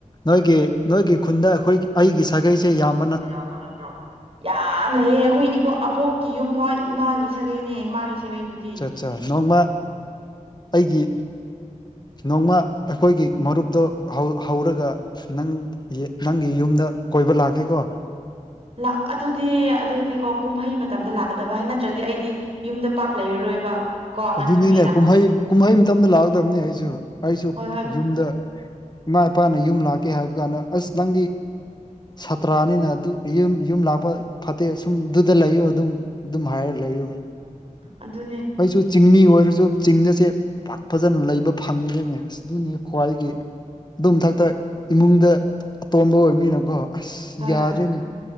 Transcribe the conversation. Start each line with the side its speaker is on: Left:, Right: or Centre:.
Left: ꯅꯣꯏꯒꯤ ꯅꯣꯏꯒꯤ ꯈꯨꯟꯗ ꯑꯩꯈꯣꯏꯒꯤ ꯑꯩꯒꯤ ꯁꯥꯒꯩꯁꯦ ꯌꯥꯝ
Right: ꯌꯥꯝꯃꯅ ꯌꯥꯝ ꯂꯩꯑꯦ ꯑꯩꯈꯣꯏ ꯏꯕꯣꯛ ꯑꯕꯣꯛꯀꯤ ꯌꯨꯝꯐꯥꯎ ꯏꯃꯥꯒꯤ ꯁꯥꯒꯩꯅꯦ ꯏꯃꯥꯒꯤ ꯁꯥꯒꯩꯗꯨꯗꯤ
Left: ꯑꯠꯆꯥ ꯑꯠꯆꯥ ꯅꯣꯡꯃ ꯑꯩꯒꯤ ꯅꯣꯡꯃ ꯑꯩꯈꯣꯏꯒꯤ ꯃꯔꯨꯞꯇꯣ ꯍꯧꯔꯒ ꯅꯪ ꯅꯪꯒꯤ ꯌꯨꯝꯗ ꯀꯣꯏꯕ ꯂꯥꯛꯀꯦꯀꯣ
Right: ꯂꯥꯎ ꯑꯗꯨꯗꯤ ꯑꯗꯨꯗꯤꯀꯣ ꯀꯨꯝꯍꯩ ꯃꯇꯝꯗ ꯂꯥꯛꯀꯗꯕ ꯍꯥꯏ ꯅꯠꯇ꯭ꯔꯗꯤ ꯑꯩꯗꯤ ꯌꯨꯝꯗ ꯄꯥꯛ ꯂꯩꯔꯔꯣꯏꯕ ꯀꯣ ꯅꯪ
Left: ꯑꯗꯨꯅꯤꯅꯦ
Right: ꯈꯪꯉꯦꯅ
Left: ꯀꯨꯝꯍꯩ ꯀꯨꯝꯍꯩ ꯃꯇꯝꯗ ꯂꯥꯛꯗꯝꯅꯤ ꯑꯩꯁꯨ ꯑꯩꯁꯨ
Right: ꯍꯣꯏ ꯍꯣꯏ
Left: ꯌꯨꯝꯗ ꯏꯃꯥ ꯏꯄꯥꯅ ꯌꯨꯝ ꯂꯥꯛꯀꯦ ꯍꯥꯏꯕ ꯀꯥꯟꯗ ꯑꯁ ꯅꯪꯗꯤ ꯁꯥꯇ꯭ꯔꯥꯅꯤꯅ ꯑꯗꯨꯝ ꯌꯨꯝ ꯌꯨꯝ ꯂꯥꯛꯄ ꯐꯠꯇꯦ ꯁꯨꯝ ꯑꯗꯨꯗ ꯂꯩꯌꯨ ꯑꯗꯨꯝ ꯑꯗꯨꯝ ꯍꯥꯏꯔ ꯂꯩꯌꯦꯕ
Right: ꯑꯗꯨꯅꯦ
Left: ꯑꯩꯁꯨ ꯆꯤꯡꯃꯤ ꯑꯣꯏꯔꯁꯨ ꯆꯤꯡꯗꯁꯦ ꯄꯥꯛ ꯐꯖꯅ ꯂꯩꯕ ꯐꯪꯗ꯭ꯔꯦꯅꯦ ꯑꯗꯨꯅꯤ ꯈ꯭ꯋꯥꯏꯒꯤ ꯑꯗꯨ ꯃꯊꯛꯇ ꯏꯃꯨꯡꯗ ꯑꯇꯣꯝꯕ ꯑꯣꯏꯕꯃꯤꯅꯀꯣ ꯑꯁ
Right: ꯍꯣꯏ
Left: ꯌꯥꯗꯦꯅꯦ